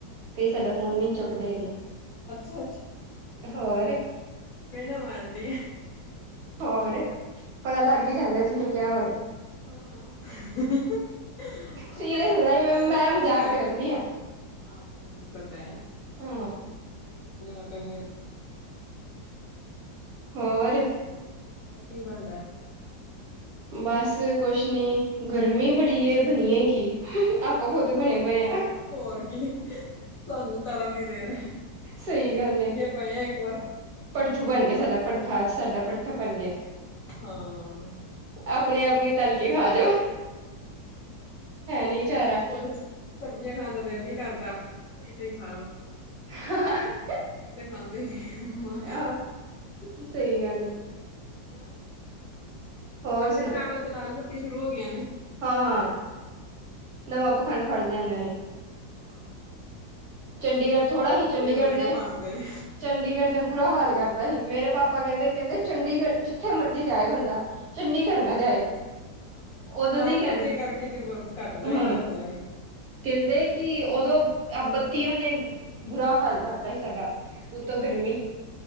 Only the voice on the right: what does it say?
ਕਈ ਸਾਡਾ ਫੋਨ ਵੀ ਨਹੀਂ ਚੁੱਕਦੇ ਹੈਗੇ
ਹੋਰ।
ਹੋਰ ਪਤਾ ਲੱਗ ਹੀ ਜਾਂਦਾ ਜਿਹਨੂੰ ਕਿਹਾ ਹੋਵੇ।
ਸੀਰੀਅਸ
ਨਾ ਲਈ ਮੈਂ
ਮੈਂ
ਮਜ਼ਾਕ
ਕਰਨ ਦੀ ਆ।
ਹਮ
ਹੋਰ,
ਬੱਸ ਕੁੱਛ ਨਹੀਂ ਗਰਮੀ ਬੜੀ ਬਣੀਏ ਕੀ। ਆਪਾਂ ਖ਼ੁਦ ਬਣੇ ਪਏ ਆ।
ਸਹੀ ਗੱਲ ਐ।
ਭੜਥੂ ਬਣ ਗਿਆ ਸਾਡਾ ਭੜਥਾ ਅੱਜ ਸਾਡਾ ਭੜਥਾ ਬਣ ਗਿਆ।
ਆਪਣੀ ਆਪਣੀ ਤਲ ਕੇ ਖਾ ਜੋ।
<unintelligible>
ਹ ਹਾ, ਹਾ
ਆਹ ਸਹੀ ਗੱਲ ਏ।
ਹੋਰ
ਹਾਂ, ਹਾਂ, ਨਵਾਂ ਪਖੰਡ ਫੜ ਲਿਆ ਇਹਨਾਂ ਨੇ।
ਚੰਡੀਗੜ੍ਹ ਥੋੜਾ ਸੀ ਚੰਡੀਗੜ੍ਹ
ਨੇ
ਚੰਡੀਗੜ੍ਹ ਨੇ ਬੁਰਾ ਹਾਲ ਕਰ ਪਤਾ ਹੀ ਮੇਰੇ ਪਾਪਾ ਕਹਿੰਦੇ ਕਹਿੰਦੇ ਚੰਡੀਗੜ੍ਹ ਜਿੱਥੇ ਮਰਜ਼ੀ ਜਾਏ ਬੰਦਾ ਚੰਡੀਗੜ੍ਹ
ਨਾ ਜਾਏ।
ਉਦੋਂ
ਦੇ ਹੀ
ਕਹਿੰਦੇ
ਹਾਂ
ਕਹਿੰਦੇ ਕਿ ਉਦੋਂ ਬੱਤੀਆਂ ਨੇ ਬੁਰਾ ਹਾਲ ਕਰਤਾ ਸੀ ਸਾਡਾ
ਉਤੋਂ ਗਰਮੀ